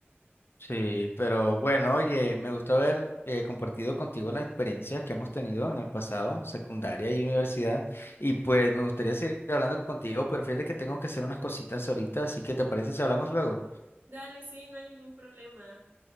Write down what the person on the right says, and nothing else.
Dale, sí, no hay ningún problema.